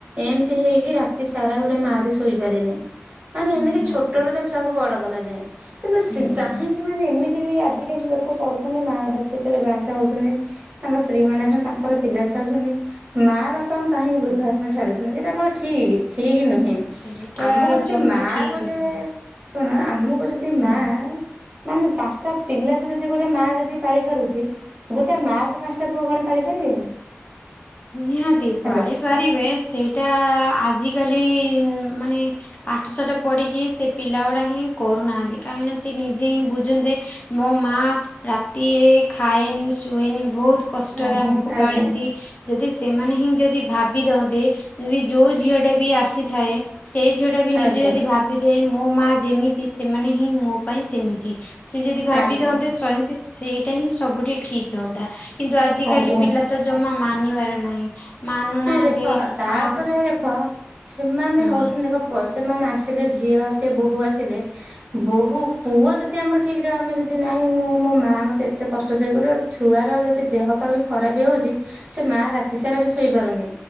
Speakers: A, on the right (about 40°); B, on the left (about 35°).
A: ଏମିତି ହେଇକି ରାତି ସାରା ଗୋଟେ ମା ବି ଶୋଇପାରେନି। ମାନେ ଏମିତି
B: ନିହାତି।
A: ଛୋଟରୁୁ ତା ଛୁଆକୁ ବଡ କଲା ଯାଏ କିନ୍ତୁ ସେ
B: ହୁଁ
A: କାହିଁକି।
B: ହୁଁ।
A: ମାନେ ଏମିତି ବି ଆଜିକାଲି ଲୋକ କରୁଛନ୍ତି ମା ବା ଯେତେବେଳେ ବାହା ଶାହା ହଉଛନ୍ତି। ତାଙ୍କ ସ୍ତ୍ରୀ ମାନେ ହଉଛନ୍ତି ତାଙ୍କର ପିଲା ଝୁଆ ହଉଛନ୍ତି ମାଁ ବାପାଙ୍କୁ କାହିଁକି ବୃଦ୍ଧାଆଶ୍ରମ ଛାଡୁଛନ୍ତି ଏଇଟା କଣ ଠିକ୍ କି ଠିକ୍ ନୁହେଁ।
B: ସେଇଟା
A: ଆମକୁ ଯଦି
B: ଜମା
A: ମା
B: ଠିକ
A: ଗୋଟେ
B: ନୁହେଁ।
A: ଶୁଣ ଆମକୁ ଯଦି
B: ହୁଁ।
A: ମା ମାନେ ପାଞ୍ଚଟା ପିଲାକୁ ଯଦି ଗୋଟେ ମା ଯଦି ପାଳି ପାରୁଛି। ଗୋଟେ ମାଆ କୁ ପାଞ୍ଚଟା ପୁଅ କଣ ପାଳି ପାରିବେନି?
B: ନିହାତି
A: ହ୍ୟାଲୋ
B: ପାଳିପାରିବେ ସେଇ ଟା ଆଜିକାଲି ମାନେ ପାଠସାଠ ପଢିକି ସେ ପିଲା ଗୁଡା ହିଁ କରୁନାହାନ୍ତି କାହିଁକିନା ସେ ନିଜେ ହିଁ ବୁଝନ୍ତେ ମୋ ମା ରାତିରେ ଖାଏନି ଶୁଏନି ବହୁତ କଷ୍ଟରେ
A: ଆଜ୍ଞା
B: ଆମକୁ
A: ଆଜ୍ଞା
B: ପାଳିଛି। ଯଦି ସେମାନେ ହିଁ ଯଦି ଭାବି ଥାନ୍ତେ ଯୋଉ ଝିଅ ଟା ବି ଆସିଥାଏ। ସେଇ ଝିଅ ଟା ବି ନିଜେ
A: ଆଜ୍ଞା
B: ଯଦି ଭାବିଦେଏ ମୋ ମା ଯେମିତି ସେମାନେ ହିଁ ମୋ ପାଇଁ ସେମିତି। ସିଏ ଯଦି ଭାବି
A: ଆଜ୍ଞା
B: ଦଅନ୍ତେ ସେତି ସେଇଟା ହିଁ ସବୁଠେ ଠିକ ହୁଅନ୍ତା କିନ୍ତୁ ଆଜିକାଲି
A: ଆଜ୍ଞା।
B: ପିଲା ତ ଜମା ମାନିବାର ନାହିଁ ମାନୁନାହାନ୍ତି
A: ନା ଦେଖ ତାପରେ
B: ଆଉ
A: ଦେଖ ସେମାନେ
B: ହଁ।
A: ହଉଛନ୍ତି ଦେଖ ସେମାନେ ଆସିଲେ ଝିଅ ସେ ବୋହୂ ଆସ ଥିଲେ ବୋହୂ ପୁଅ ଯଦି ଆମର ଠିକ୍ ଥିବ ଆମେ ଯଦି ନାହିଁ ମୁଁ ମୋ ମାଆ ମୋତେ ଏତେ କଷ୍ଟ ସହି ଗଡ଼େ ଛୁଆର ଯଦି ଦେହ ପା ବି ଖରାପ ହଉଛି ସେ ମା ରାତି ସାରା ବି ସୋ ଶୋଇପାରୁନି